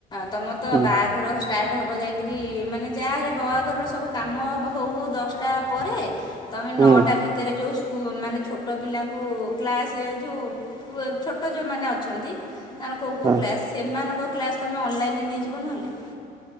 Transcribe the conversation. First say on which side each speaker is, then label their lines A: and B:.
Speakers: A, on the left; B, on the right.
A: ତମ ତ
B: ହୁଁ
A: ବାହାଘର ଷ୍ଟାର୍ଟ ହେବ ଯାଇକିରି ମାନେ ଯାହାହଲେ ବହାଘରର ସବୁ କାମ ହଉ ହଉ ଦଶଟା ପରେ ତମେ
B: ହୁଁ
A: ନଅଟା ଭିତରେ ଯୋଉ ସ୍କୁ ମାନେ ଛୋଟ ପିଲାଙ୍କୁ କ୍ଲାସରେ ଯୋଉ ଛୋଟ ଯଉମାନେ ଅଛନ୍ତି। ତାଣର କୋଉ କୋଉ
B: ହଁ
A: କ୍ଲାସ୍ ସେମାନଙ୍କ କ୍ଲାସ୍ ତୁମେ ଅନଲାଇନ୍ ରେ ନେଇଯିବ ନହେଲେ।